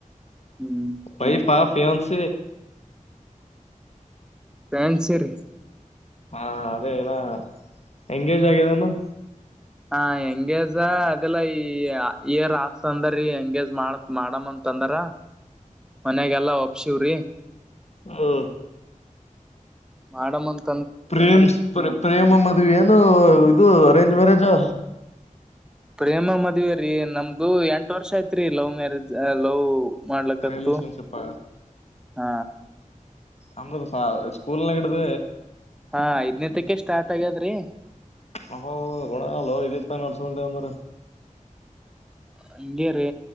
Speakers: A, in the centre; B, on the left.
A: ಹ್ಮ್
B: ಬೈ ಪಾಫಿನ್ಸ
A: ನ್ ಸರಿ
B: ಹಾ ಅದೇ ಏನ ಎಂಗೇಜ್ ಆಗಿದಾನ
A: ಹ ಹೆಂಗೇಜ ಅದೆಲ್ಲಾ ಈ ಏರ್ ಆತ್ ಅಂದರಿ ಹೆಂಗೇಜ್ ಮಾಡತ್ ಮಾಡಮ್ಮ ಅಂತಂದ್ರ ಮನ್ಯಾಗಲ್ಲ ಒಪ್ಷನ್ ಚೂರಿ
B: ಹ್ಮ
A: ಮಾಡಡ್ಂತ
B: ಪ್ರೇಮ್ ಪ್ರೇಮ ಮದುವೆ ಏನು ಇದು ಅರೆೇಂಜ್ ಮ್ಯಾರೇಜ್ಾ
A: ಪ್ರೇಮ ಮದ್ವ ರೀ ನಮ್ದು ಎಂಟ ವರ್ಷ ಯ್ತ್ೀ ಲವ್ ಮ್ಯಾರೇಜ್ ಲವ್ ಮಾಡ್ಲತ್ತು
B: ರಿಲೇಷನ್ಶಿಪ್
A: ಹ
B: ಅಂದ್ರ ಸ್ಕೂಲ್ನ ಹಿಡ್ದ
A: ಹ ಐದ್ನಟಕ್ಕೆ ಸ್ಟಾರ್ಟ್ ಆಗ ರೀ
B: ಅ ಗುಣ ಅಲ್ಲೋ ಇಡೀತ್ತ ನಡ್ಸ್ಕಟೆ ಅಂದ್ರ
A: ಹಂಗಗೆ ರೀ